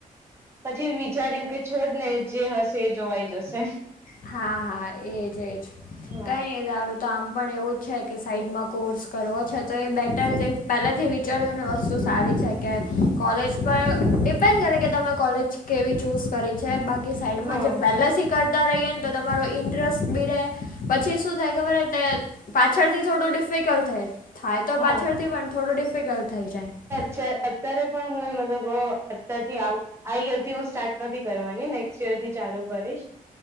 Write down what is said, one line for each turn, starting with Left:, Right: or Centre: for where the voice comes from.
Right: પછી વિચાર્યું કે છોડને જે થશે એ જોવાઈ જશે
Left: હા હા એજ એજ
Right: હા
Left: કઈ એ દારું તો આમ પણ એવું છે કે સાઈડમાં કોર્સ કરવો છે તો એ બેટર પહેલાથી વી ટચરીઓને વસ્તુ સારી છે કે કોલેજ પર ડિપેન્ડ કરે કે તમે કોલેજ કેવી ચૂઝ કરી છે બાકી સાઈડમાં
Right: હા
Left: જે પહેલા શી તા રહે ને તો તમારો ઇન્ટરેસ્ટ બી ર પછી શું થાય ખબર ત પાછળથી થોડું ડિફિકલ્ટ થાય થાય તો
Right: હા
Left: પાછળથી પણ થોડું ડિફિકલ્ટ થઈ જાય
Right: અ અત્યારે પણ હું મતલબ અ આ ઈયર થી હું સ્ટાર્ટ નથી કરવાની નેક્સ્ટ ઈયર થી ચાલુ કરીશ